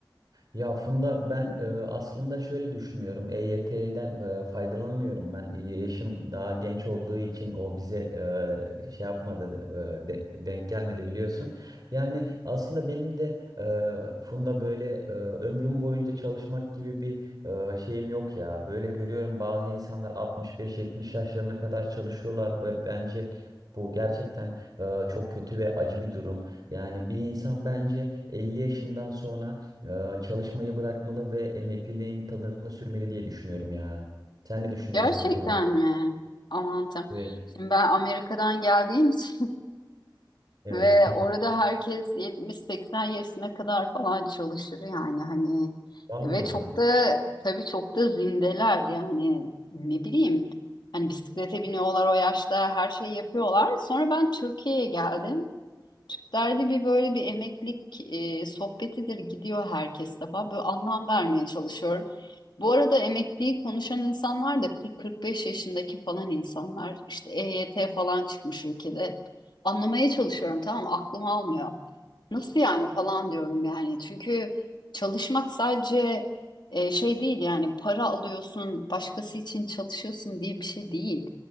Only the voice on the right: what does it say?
Ya Funda ben e, aslında şöyle düşünüyorum. EYT'den e, faydalanamıyorum ben. E, Yaşım daha genç olduğu için o bize e, şey yapmadı, e, de- denk gelmedi biliyorsun. Yani aslında benim de e, Funda böyle e, ömrüm boyunca çalışmak gibi bir e, şeyim yok ya. Böyle görüyorum bazı insanlar 65-70 yaşlarına kadar çalışıyorlar ve bence Bu gerçekten e, çok kötü ve acı bir durum. Yani bir insan bence 50 yaşından sonra ee, çalışmayı bırakmalı ve emekliliğin tadını sürmeli diye düşünüyorum ya. Sen ne düşünüyorsun
bu konuda?
Evet,
evet.
Valla.